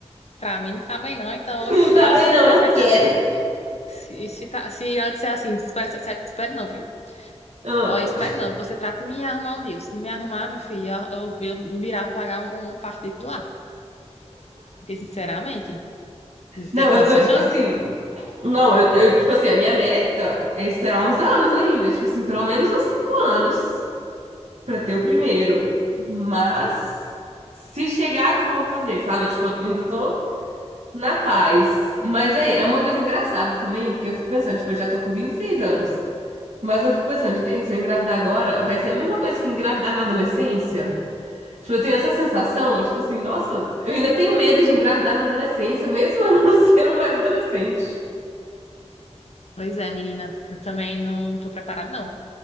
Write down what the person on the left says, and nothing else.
Pra mim não tá bem, não. Então,
oxe,
ela
se
dissesse
assim, se, se, tá- se ela disser assim, espere, espere, espere não, viu?
Ó, espere não, você trata de me arrumar um dia. Se não me arrumar, meu filho, eu, eu, eu me virar pra pagar um um particular. Porque, sinceramente, não tem
condições,
não.
Pois é, menina. Eu também não tô preparada, não.